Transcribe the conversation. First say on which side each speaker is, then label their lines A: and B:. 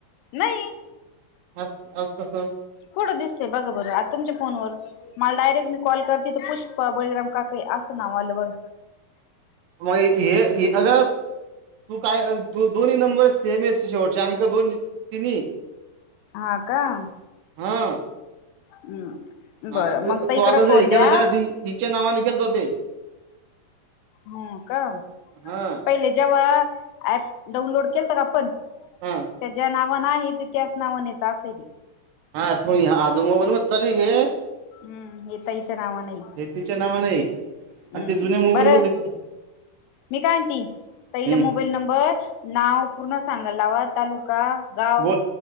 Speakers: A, on the left; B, on the right.
A: नाही
B: आज आज कसं
A: कुठं दिसतय बघं बर आता तुमच्या फोनवर मला डायरेक्ट मी कॉल करते तर पुष्प बळीगाम का कडे हसना वाल बग
B: मग हे अगर <unintelligible> तू काय दोन्ही नंबर सेम एस शेवटचे आणख दोन तिन्ही
A: हा का
B: हा
A: हम्म
B: हा
A: बरं
B: त
A: मग तर इकडं
B: तू आता
A: फोन
B: ज हे
A: द्या
B: केलं का हिच्या नावाने खेलत हो ते
A: हो का
B: हा
A: पहिले जेव्हा ऍप डाउनलोड केल का आपण
B: हा
A: त्याच्या नावान आहे त त्याच नाव नेत असे
B: हा तो आज मोबाईल मध्ये चालू घे
A: हम्म येताईच्या नावा नाही
B: तिच्या नावान आहे
A: हम्म
B: आणि ते जुन्या मोबाईल
A: बरं
B: मध्ये
A: मी कायती
B: हम्म
A: तईला मोबाईल नंबर नाव पूर्ण सांगाल लावा तालुका गाव
B: बोल